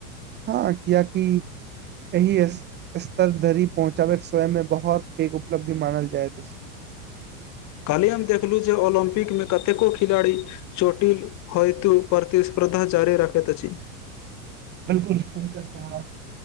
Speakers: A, on the right; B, on the left.
A: हँ कियाकि एहि स्तर धरि पहुंचाबे के स्वयं में बहुत पैघ उपलब्धि मानल जाइत अछि <inaudible>
B: काल्हि हम देखलहुँ जे ओलम्पिक मेंकतेको खिलाड़ी चोटिल होइतो प्रतिस्पर्धा जारी राखैत अछि
A: बिल्कुल हुनका साथ